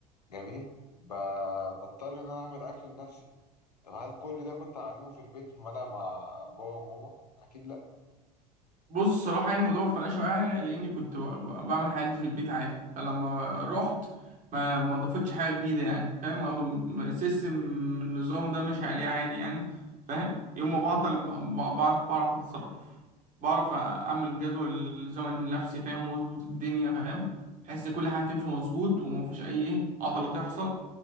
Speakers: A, on the left; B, on the right.
A: جميل ب- بضطر ان انا اعمل اكل لنفسي طب هل كل ده كنت هعلمه في البيت ما انا مع بابا وماما اكيد لا
B: بص صراحة يعني الموضوع ما فرقش معايا لأني كنت ب- ب- بعمل الحاجات دي في البيت عادي فلما رحت ما ما ضافتش حاجة جديدة يعني فاهم هو الم- السيستم النظام ده ماشي عليه عادي يعني فاهم يوم ما بعطل ب- ب- بعرف بعرف أتصرف بعرف أعمل جدول زمني لنفسي فاهم وأظبط الدنيا فاهم بحيث إن كل حاجة تمشي مظبوط ومفيش أي إيه عطلة تحصل